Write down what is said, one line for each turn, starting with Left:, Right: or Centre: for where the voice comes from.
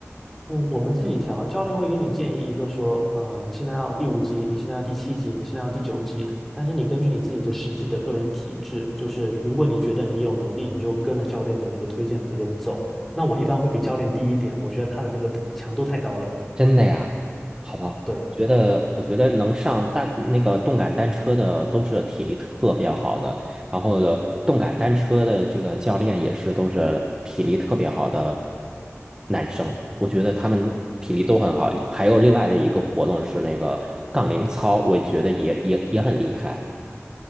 Centre: 嗯，我们自己调，教练会给你建议一个说，呃，你现在要第五级，你现在要第七级，你现在要第九级，但是你根据你自己的实际的个人体质，就是如果你觉得你有能力，你就跟着教练的那个推荐的那个走。那我一般会比教练低一点，我觉得他的那个强度太高了。
Right: 真的呀，好不好？
Centre: 对，
Right: 觉得我觉得能上单那个动感单车的都是体力特别好的，然后的动感单车的这个教练也是都是体力特别好的男生，我觉得他们体力都很好。还有另外的一个活动是那个杠铃操，我觉得也也也很厉害。